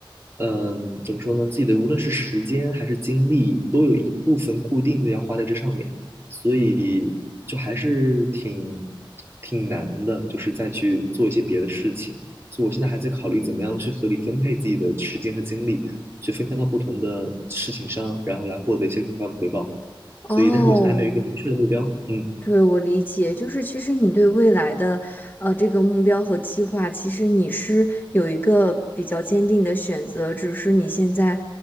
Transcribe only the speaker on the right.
嗯，怎么说呢？自己的无论是时间还是精力，都有一部分固定的要花在这上面。所以就还是挺挺难的，就是再去做一些别的事情。所以我现在还在考虑怎么样去合理分配自己的时间和精力，去分配到不同的事情上，然后来获得一些更高的回报。
所以，但是我现在还没有一个明确的目标。嗯，